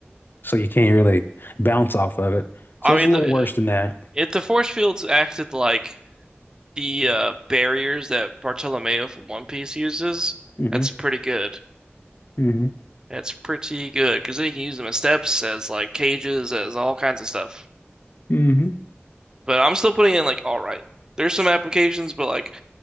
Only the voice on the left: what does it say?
so you can't really bounce off of it. So
it's
a little
worse than that.
hmm
hmm
hmm